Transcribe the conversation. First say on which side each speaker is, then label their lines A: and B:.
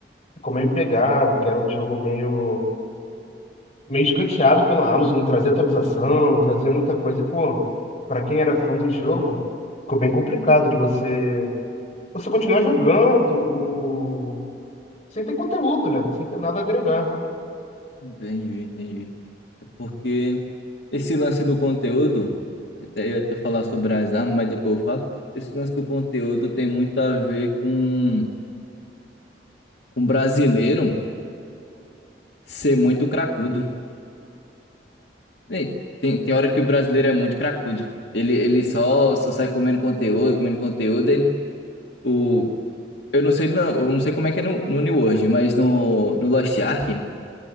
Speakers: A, on the left; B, on the left.
A: ficou meio pegado, que era um jogo meio meio escanteado pela Amazon, não trazia atualização, não trazia muita coisa. E, pô, pra quem era fã do jogo, ficou bem complicado de você você continuar jogando o... sem ter conteúdo, né? Sem ter nada a agregar.
B: Entendi, entendi. É porque esse lance do conteúdo, eu até ia até falar sobre as armas, mas depois eu falo. Esse lance do conteúdo tem muito a ver com, com brasileiro ser muito cracudo. Ei, Tem, tem hora que o brasileiro é muito cracudo. Ele, ele só, só sai comendo conteúdo, comendo conteúdo. Ele, o, eu não sei, não, eu não sei como é que é no, no New World, mas no, no Lost Ark